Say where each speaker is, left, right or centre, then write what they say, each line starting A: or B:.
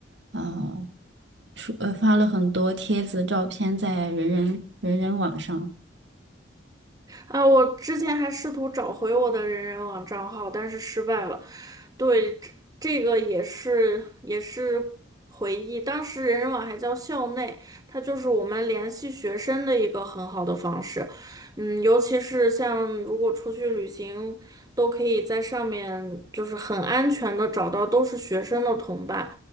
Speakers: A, on the right; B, on the right.
A: 呃，说呃发了很多帖子、照片在人人人人网上。
B: 啊，我之前还试图找回我的人人网账号，但是失败了。对，这这个也是也是回忆，当时人人网还叫校内，它就是我们联系学生的一个很好的方式。嗯，尤其是像如果出去旅行，都可以在上面就是很安全的找到都是学生的同伴，